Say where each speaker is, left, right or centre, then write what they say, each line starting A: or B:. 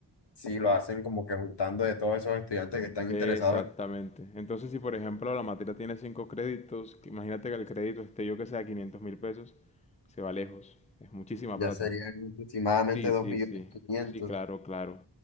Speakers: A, on the left; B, on the left.
A: si lo hacen como que juntando de todos esos estudiantes que están
B: Exactamente.
A: interesados,
B: Entonces, si por ejemplo la materia tiene cinco créditos, que- imagínate que el crédito esté yo que sea quinientos mil pesos, se va lejos. Es muchísima
A: ya
B: plata.
A: serían aproximadamente
B: Sí,
A: dos
B: sí,
A: millones
B: sí,
A: quinientos
B: sí, claro, claro.